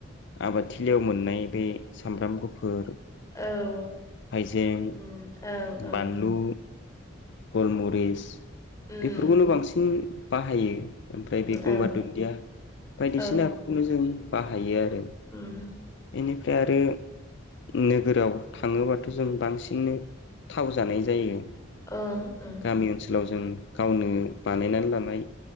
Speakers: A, on the left; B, on the left.
A: आबादथिलियाव मोननाय बे सामब्राम गुफोर
B: औ
A: जें
B: उम ओं ओं
A: बानलु गलमरिस
B: उम
A: बेफोरखौनो बांसिन बाहायो। ओमफ्राय
B: ओं
A: बे गंगार दुन्दिया बायदिसिना
B: औ
A: फोरखौनो जों बाहायो आरो।
B: उम
A: निफ्राय आरो नोगोराव थाङोबाथ' जों बांसिननो थाव जानाय जायो।
B: ओं ओं
A: गामि ओनसोलाव जों गावनो बानायनानै लानाय